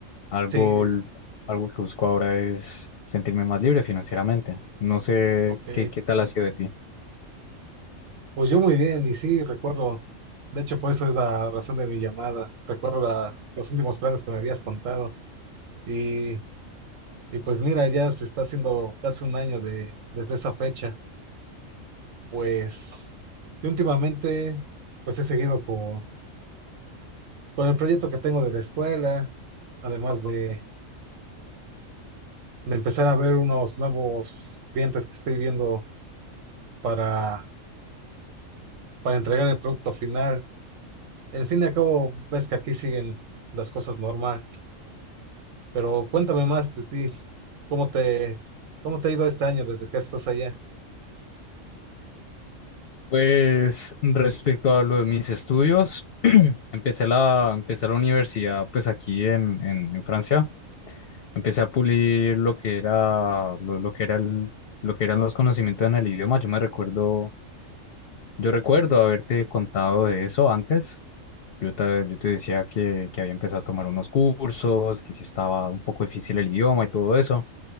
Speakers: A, on the left (about 55°); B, on the right (about 75°).
A: algo,
B: Sí,
A: l- algo que busco ahora es sentirme más libre financieramente. No sé
B: ok.
A: qué, qué tal ha sido de ti.
B: Pues yo muy bien, y sí, recuerdo, de hecho, por eso es la razón de mi llamada, recuerdo las, los últimos planes que me habías contado, y, y pues mira, ya se está haciendo casi un año de, desde esa fecha, pues, y últimamente, pues he seguido con, con el proyecto que tengo de la escuela, además de, de empezar a ver unos nuevos clientes que estoy viendo para, para entregar el producto final, en fin y al cabo, ves que aquí siguen las cosas normal. Pero cuéntame más de ti, ¿cómo te, cómo te ha ido este año desde que estás allá?
A: Pues respecto a lo de mis estudios, empecé la, empecé la universidad pues aquí en, en, en Francia. empecé a pulir lo que era, lo, lo que era el- lo que eran los conocimientos en el idioma. Yo me recuerdo, yo recuerdo haberte contado de eso antes. Yo te, yo te decía que, que había empezado a tomar unos cursos, que sí estaba un poco difícil el idioma y todo eso.